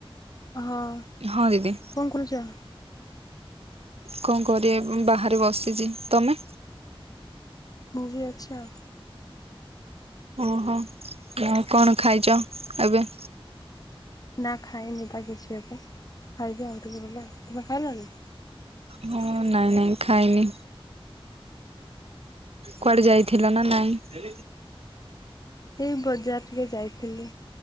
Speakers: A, on the left; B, on the right.
A: ହଁ
B: ହଁ ଦିଦି
A: କଣ କରୁଚ?
B: କଣ କରିବା ବାହାରେ ବସିଚି। ତମେ?
A: ମୁଁ ଭିି ଅଛି ଆଉ।
B: ଓହୋ ଆଉ କଣ ଖାଇଛ ଏବେ?
A: ନା ଖାଇନି ପା କିଛି ଏବେ। ଖାଇବି ଆଉ ଟିକେ ଗଲେ। ତୁମେ ଖାଇଲଣିି?
B: ହଁ ନାଇଁ ନାଇଁ ଖାଇନି। କୁଆଡେ ଯାଇଥିଲା ନା ନାଇଁ?
A: ଏଇ ବଜାର ଟିକେ ଯାଇଥିଲି।